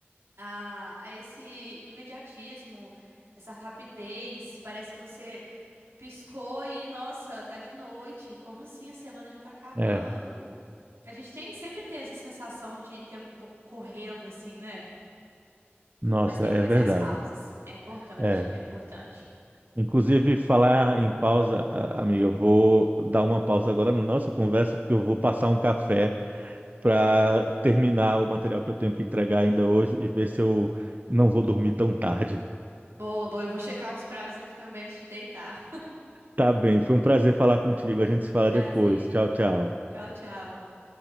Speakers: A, on the right (about 80°); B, on the right (about 40°).
A: a, a esse imediatismo, essa rapidez. Parece que você piscou e, nossa, tá de noite. Como assim? A semana já tá acabando.
B: É.
A: A gente tem, sempre tem essa sensação de tempo pou- correndo, assim, né?
B: Nossa,
A: Mas tem
B: é
A: que fazer
B: verdade.
A: as pausas. É importante,
B: É.
A: é importante.
B: Inclusive, falar em pausa, a- amiga, eu vou dar uma pausa agora na nossa conversa, porque eu vou passar um café para terminar o material que eu tenho que entregar ainda hoje e ver se eu não vou dormir tão tarde.
A: Boa, boa. Eu vou checar uns prazos aqui também antes de deitar.
B: Tá bem, foi um prazer falar contigo. A gente
A: <laughs>
B: se fala
A: Prazer.
B: depois. Tchau, tchau.
A: Tchau, tchau.